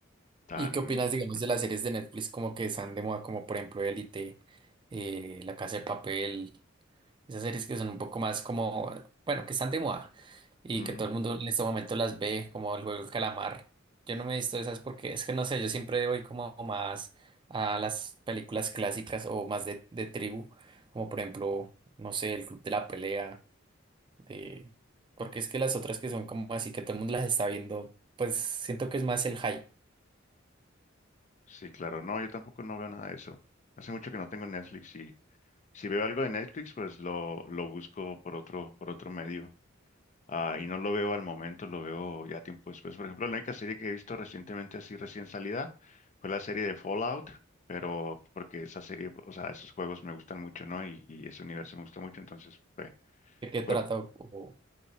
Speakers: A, on the left; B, on the right.
A: tan...
B: ¿Y qué opinas, digamos,
A: ujú,
B: de las series de Netflix como que están de moda, como por ejemplo Élite, eh, La Casa de Papel? Esas series que son un poco más como, bueno, que están de moda y
A: ujú.
B: que todo el mundo en este momento las ve, como el juego del calamar. Yo no me he visto esas porque es que no sé, yo siempre voy como más a las películas clásicas o más de, de tribu, como por ejemplo, no sé, el Club de la Pelea, de... porque es que las otras que son como así que todo el mundo las está viendo, pues siento que es más el hype
A: Sí, claro. No, yo tampoco no veo nada de eso. Hace mucho que no tengo Netflix y si veo algo de Netflix, pues lo, lo busco por otro, por otro medio. Ah, y no lo veo al momento, lo veo ya tiempo después. Por ejemplo, la única serie que he visto recientemente, así recién salida, fue la serie de Fallout, pero porque esa serie, o sea, esos juegos me gustan mucho, ¿no? Y, y ese universo me gusta mucho, entonces fue,
B: de qué trata
A: fue,
B: o o-